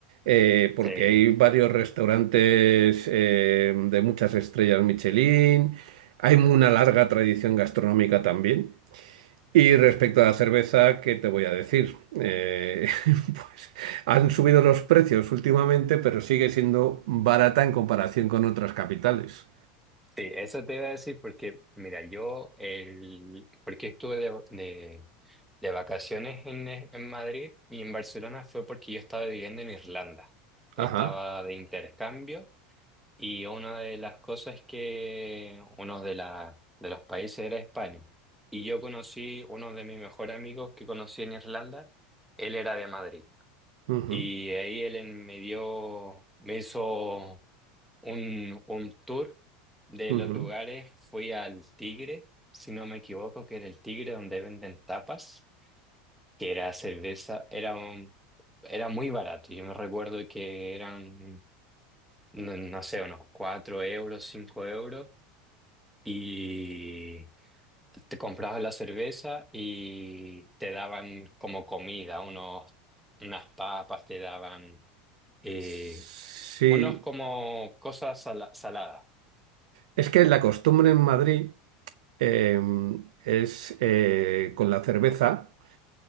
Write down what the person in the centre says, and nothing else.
sí.
Sí, eso te iba a decir porque, mira, yo, el, porque estuve de, de- de vacaciones en, en Madrid y en Barcelona fue porque yo estaba viviendo en Irlanda. Estaba
de intercambio y una de las cosas que, uno de, la- de los países era España. Y yo conocí uno de mis mejores amigos que conocí en Irlanda, él era de Madrid.
Y ahí él en- me dio, me hizo un, un tour de
los lugares. Fui al Tigre, si no me equivoco, que era el Tigre donde venden tapas, que era cerveza, era un- era muy barato. Yo me recuerdo que eran, no, no sé, unos 4 euros, 5 euros, y te comprabas la cerveza y te daban como comida, unos, unas papas, te daban eh,
unos como cosas sala- saladas.